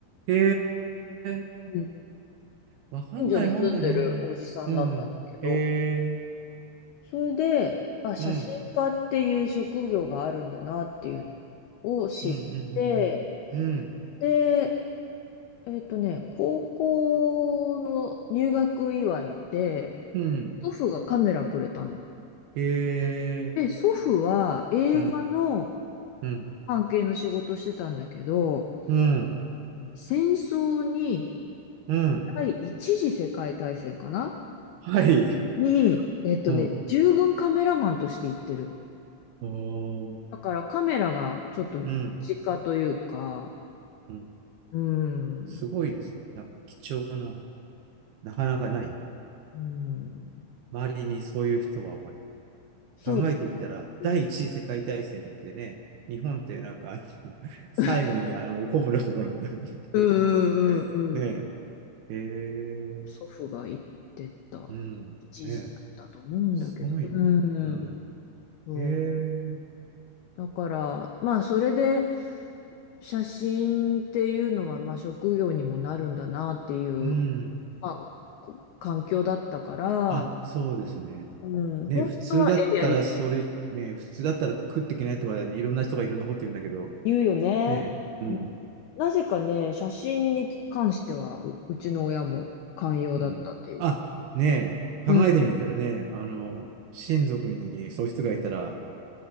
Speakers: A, on the right (about 70°); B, on the left (about 85°).
A: へえ、
B: うん。
A: わかんないもんだね。
B: 近所に住んでるおじさんだったんだけど、
A: うん。へえ、
B: それで、あ、写真家っていう職業があるんだなっていう
A: うん。
B: のを知って、
A: うんうんうんうん。
B: で、えっとね、高校の入学祝いで、
A: うん。うん。
B: 祖父がカメラくれたの。
A: へえ、
B: で、祖父は映画の
A: うん。うん。
B: 関係の仕事してたんだけど、
A: うん。
B: うん戦争に
A: うん。
B: 第一次世界大戦かな
A: はい。
B: に、えっとね、
A: うん。
B: 従軍カメラマンとして行ってる。
A: おー。
B: だからカメラがちょっと身近というか、
A: うん。うん、
B: うん、
A: すごいです。なんか貴重な、なかなかない。
B: うん、
A: 周りにそういう人はあまり。
B: そうで
A: 考えてみたら、
B: すね。
A: 第一次世界大戦ってね、日本ってなんか、あの <laughs> 最後にあの、
B: <laughs>
A: おこぼれをもらうために行くの
B: うんうんうんうん。
A: <laughs> ねえ、えー、
B: 祖父が行ってた
A: うん、ねえ、
B: 一時だったと思うんだけど。
A: すごいね。
B: う
A: うん、
B: ん、そう。
A: えー、
B: だから、まあ、それで、写真っていうのは、まあ、職業にもなるんだなっていう、
A: うん。
B: まあ、こ環境だったから、
A: あ、そうですね。
B: うん、
A: ね、
B: 本当は絵でやりたい
A: 普通だったら、それ、ね、普通だったら食っていけないとか、いろんな人がいろんなこと言うんだけど、
B: 言うよね。
A: ね、うん。
B: うん、なぜかね、写真に関してはう、うちの親も寛容だったっていう。
A: うん。あ、ねえ、考えてみたらね、
B: うん、
A: あの、親族にそういう人がいたら、